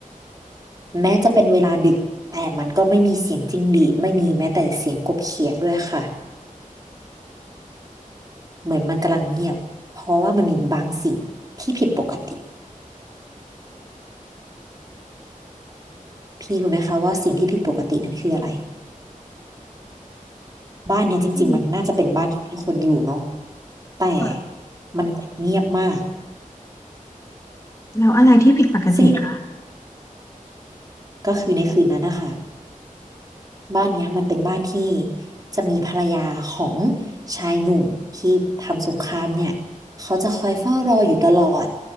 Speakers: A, on the right; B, on the left.
A: แม้จะเป็นเวลาดึกแต่มันก็ไม่มีเสียงจิ้งหรีดไม่มีแม้แต่เสียงกบเขียดด้วยค่ะเหมือนมันกำลังเงียบเพราะว่ามันมีบางสิ่งที่ผิดปกติพี่รู้ไหมคะว่าสิ่งที่ผิดปกตินั้นคืออะไร บ้านเนี่ยจริงๆมันน่าจะเป็นบ้านที่มีคนอยู่เนาะ
B: อืม
A: แต่
B: ค่ะ
A: มันเงียบมาก
B: แล้วอะไรที่ผิดปกติคะ
A: ซึ่งเนี่ยก็คือในคืนนั้นนะคะบ้านเนี้ยมันเป็นบ้านที่จะมีภรรยาของชายหนุ่มที่ทำสงครามเนี่ยเขาจะคอยเฝ้ารออยู่ตลอด